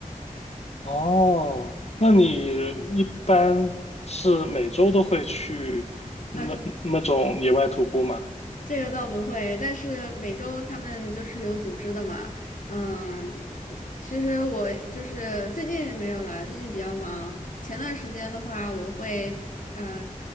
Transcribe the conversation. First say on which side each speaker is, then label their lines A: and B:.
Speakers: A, on the left (about 50°); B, on the left (about 70°).
A: 哦，那你一般是每周都会去那那种野外徒步吗？
B: 那这个倒不会，但是每周他们就是有组织的嘛，嗯，嗯其实我就是最近没有啦，最近比较忙。前段时间的话，我会呃